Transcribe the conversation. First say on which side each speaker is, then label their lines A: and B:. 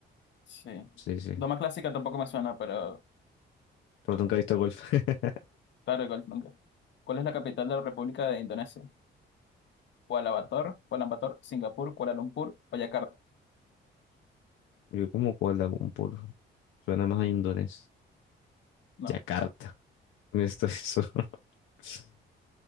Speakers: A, on the left (about 65°); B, on the left (about 80°).
A: Sí.
B: Sí, sí.
A: Doma clásica tampoco me suena, pero
B: Pero nunca he visto golf. <laughs>
A: claro, igual nunca. ¿Cuál es la capital de la República de Indonesia? Kuala Bator, Kuala Bator, Singapur, Kuala Lumpur o Yakarta.
B: Yo como Kuala Lumpur. Suena más a indonés.
A: No,
B: Yakarta. <laughs> Esto es eso. <laughs>